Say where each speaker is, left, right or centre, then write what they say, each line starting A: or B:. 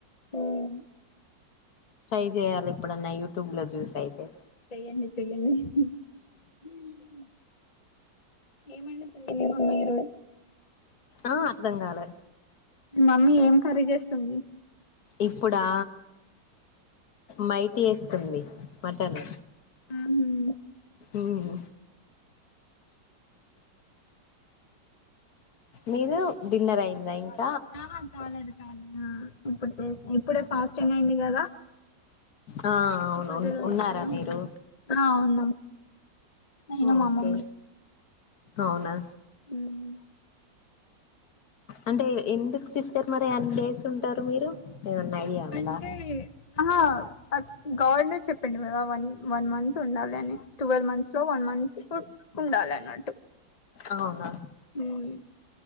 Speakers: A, on the left; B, on the left.
A: ఉమ్
B: ట్రై జేయాలి ఎప్పుడన్నా యూట్యూబ్ లో జూసి అయితే
A: చేయండి చేయండి హ్ హు <inaudible> ఏం అండుతవ్ మీరు
B: ఆ అర్ధం కాలె
A: మి మమ్మీ ఏం కర్రీ చేస్తుంది.?
B: ఇప్పుడా మైటి చెస్తుంది మటన్
A: ఉహు
B: ఉమ్ మీరు డిన్నర్ అయిందా ఇంక్
A: ఆ కాలేదు కాలేదు ఆ ఇప్పుడే ఫాస్టింగ్ అయింది కదా
B: ఆ
A: ఒకపొద్దులు
B: అవును
A: ఉన్నారు
B: ఉన్నారా మీరు
A: కదా? నేను
B: ఓకే
A: మా మమ్మీ
B: అవునా
A: ఉమ్
B: అంటే ఎందుకు సిస్టర్ మరి అన్ని డేస్ ఉంటరు మీరు? ఏమన్నా ఐడియా ఉందా?
A: అంటే ఆహా గవర్నర్ చెప్పిండు గదా అవన్నీ వన్ మంత్ ఉండాలి అని twelve months so one months కు ఉండాలె అన్నట్టు
B: అవునా
A: ఉమ్